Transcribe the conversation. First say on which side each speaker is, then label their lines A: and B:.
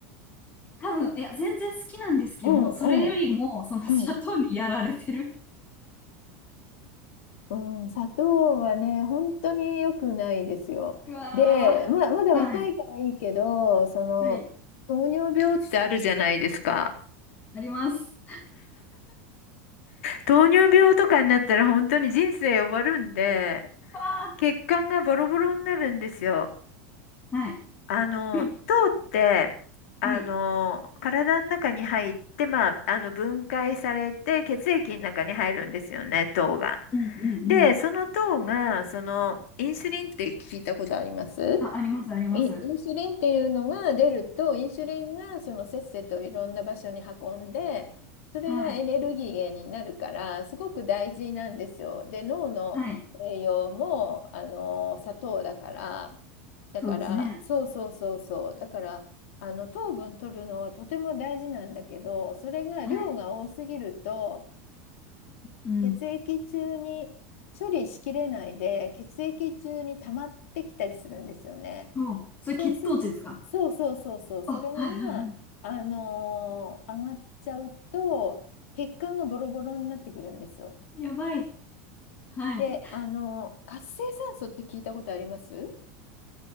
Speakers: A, on the left; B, on the left.
A: 多分、いや、全然好きなんですけども、
B: うんうん。
A: それよりも、その砂糖にやられてる。
B: うん。うん、砂糖はね、本当に良くないですよ。
A: うわー。
B: で、まあ、まだ若いからいいけど、
A: はい。
B: その、
A: はい。
B: 糖尿病ってあるじゃないですか。
A: あります。
B: 糖尿病とかになったら本当に人生終わるんで、
A: わ
B: 血管がボロボロになるんですよ。
A: ーはい。
B: あの、
A: <laughs>
B: 糖って、あの、
A: はい。
B: 体の中に入って、まあ、あの、分解されて血液の中に入るんですよね、糖が。
A: うんうんうん。
B: で、その糖が、その、インスリンって聞いたことあります
A: あ、あります、あります。
B: イン、インスリンっていうのが出ると、インスリンがそのせっせといろんな場所に運んで、それがエネルギー源になるから、
A: はい。
B: すごく大事なんですよ。で、脳の栄養も、
A: はい。
B: あの、砂糖だから、だから、
A: そうですね。
B: そうそうそうそう、だから、あの、糖分取るのはとても大事なんだけど、それが量が多すぎると、
A: はい。うん。
B: 血液中に処理しきれないで、血液中に溜まってきたりするんですよね。
A: そう。それ血糖値ですか
B: そうする、そうそうそうそう、それが、
A: あ、はいはいは
B: あのー上がっちゃうと、血管がボロボロになってくるんですよ。
A: い。やばい。はい。
B: で、あのー活性酸素って聞いたことあります